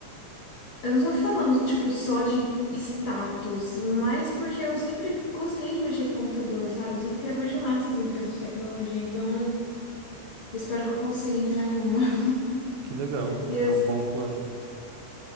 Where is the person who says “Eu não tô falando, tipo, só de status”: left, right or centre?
Left